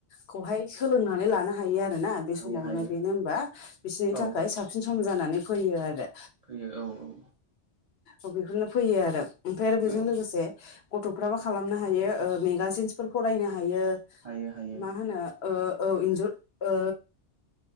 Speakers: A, on the left; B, on the right.
A: खौहाय सोलोंनानै लानो हायो आरोना बे
B: हायो
A: समावनो
B: हायो
A: बेनो होनबा बिसोरनि
B: औ
A: थाखाय साबसिन सम जानानै फैयो आरो
B: फैयो औ औ
A: औ बेफोरनो फैयो आरो ओमफ्राय आरो बेजों
B: औ
A: लोगोसे गथ'फ्राबो खालामनो हायो मेगाजिन्सफोर फरायनो हायो
B: हायो हायो
A: मा होनो ओ औ इन्जुर ओ